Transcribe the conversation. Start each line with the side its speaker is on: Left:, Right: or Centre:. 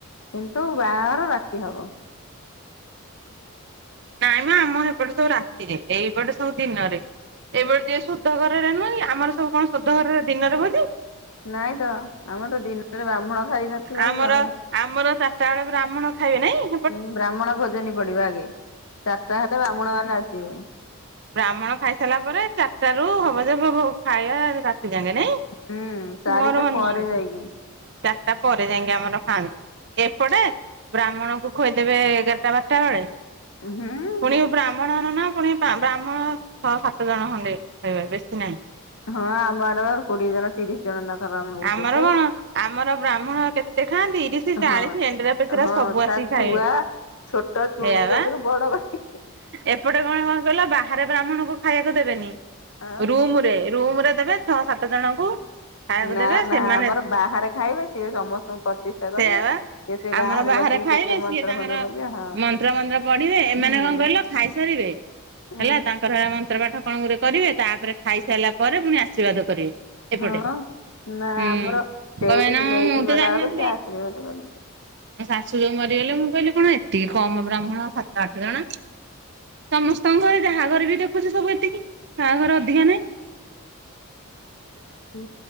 Left: କିନ୍ତୁ ବାହାଘର ରାତି ହବ।
Right: ନାଇଁ ମ ଆମ ସେପଟେ ସବୁ ରାତିରେ ଏଇପଟେ ସବୁ ଦିନରେ। ଏପଟେ ଯିଏ ଶୁଦ୍ଧ ଘରରେ ନୁହେଁକି ଆମର ସବୁ କଣ ଶୁଦ୍ଧ ଘରରେ ଦିନରେ ହୁଏ କି।
Left: ନାଇଁତ ଆମରତ ଦିନରେ ବ୍ରାହ୍ମଣ ଖାଇ ନଥିବତ।
Right: ଆମର ଆମର ଚାରିଟା ବେଳେ ବ୍ରାହ୍ମଣ ଖାଇବେ ନାହିଁ।
Left: ହୁଁ, ବ୍ରାହ୍ମଣ ଭୋଜନୀ ପଡିବ। ଆଗେ ଚାରିଟା ହେଲେ ବ୍ରାହ୍ମଣ ମାନେ ଆସିବେ।
Right: ବ୍ରାହ୍ମଣ ଖାଇସାରିଲା ପରେ, ଚାରିଟା ରୁ ହବ ଯେ <inaudible> ଖାଇବା। ଜାଣି ନାଇଁ,
Left: ହୁଁ ଚାରିଟା
Right: ମୋର ମନେ।
Left: ପରେ ଯାଇକି
Right: <inaudible> ଚାରିଟା ପରେ ଯାଇକି ଆମର ଖାଆନ୍ତି। ଏପଟେ ବ୍ରାହ୍ମଣକୁ ଖୋଇଦେବେ ଏଗାରଟା, ବାରଟା ବେଳେ।
Left: ହୁଁ।
Right: ପୁଣି ବ୍ରାହ୍ମଣ ନନା, ପୁଣି ବ୍ରାହ୍ମଣ ଛଅ ସାତ ଜଣ ଖଣ୍ଡେ। ଖାଇବା ବେଶୀ ନାହିଁ।
Left: ହଁ, ଆମର ଆଡେ ପା କୋଡିଏ ଜଣ, ତିରିଶ ଜଣ ଲେଖା ବ୍ରାହ୍ମଣ ବସେଇବେ।
Right: ଆମର କଣ ଆମର ବ୍ରାହ୍ମଣ କେତେ ଖାଆନ୍ତି ତିରିଶ ଚାଳିଶ
Left: ହଁ
Right: ଏଣ୍ଡୁରା ପେଚରା
Left: ହଁ
Right: ସବୁ ଆସିକି
Left: ତା ଛୁଆ,
Right: ଖାଇବେ।
Left: ଛୋଟ ଚୁଇଁ
Right: ସେଇଆ ବା
Left: କତିରୁ ବଡ କତି
Right: ଏପଟେ କଣ କଣ କହିଲ? ବାହାରେ ବ୍ରାହ୍ମଣକୁ ଖାଇବାକୁ ଦେବେନି?
Left: ଆଉ
Right: ରୁମ୍ ରେ ରୁମ୍ ରେ ଦେବେ, ଛଅ -ସାତ ଜଣଙ୍କୁ। ଖାଇବାକୁ
Left: ନା,
Right: ଦେବେ ସେମାନେ
Left: ନା, ଆମର ବାହାରେ ଖାଇବେ। ସିଏ ସମସ୍ତଙ୍କୁ ପ୍ରତିଷ୍ଠା
Right: ସେଇଆ
Left: କରିବେ।
Right: ବା
Left: ସେ ସେ
Right: ଆମର ବାହାରେ
Left: ବସିକି
Right: ଖାଇବେ,
Left: କେତେ ମନ୍ତ୍ର
Right: ସିଏ ତାଙ୍କର
Left: ଫନ୍ତ୍ର ବୋଲିବେ ହଁ
Right: ମନ୍ତ୍ର ମନ୍ତ୍ର ପଢିବେ, ଏମାନେ
Left: ହୁଁ
Right: କଣ କହିଲ ଖାଇସାରିବେ,
Left: ହୁଁ।
Right: ହେ। ତାଙ୍କର ହେ ମନ୍ତ୍ର ପାଠ କଣ ଗୋଟିଏ କରିବେ, ତାପରେ ଖାଇସାରିଲା ପରେ ପୁଣି ଆଶୀର୍ବାଦ କରିବେ। ଏପଟେ,
Left: ହଁ ନା
Right: ହୁଁ,
Left: ଆମର ସେଇଠି
Right: କ <inaudible>
Left: ନେଇକି
Right: ମୁଁ ତ
Left: ଗଲା
Right: ଜାଣିନଥିଲି।
Left: ବେଳକୁ ସେ <inaudible>
Right: ମୋ ଶାଶୁ ଯୋଉ ମରିଗଲେ, ମୁଁ କହିଲି, କଣ ଏତିକି କମ୍ ବ୍ରାହ୍ମଣ? ସାତ ଆଠ ଜଣ? ସମସ୍ତଙ୍କ ଘରେ, ଯାହାଘରେ ବି ଦେଖୁଛି, ସବୁ ଏତିକି। କାହାଘର ଅଧିକା ନାଇ,।
Left: ଉ,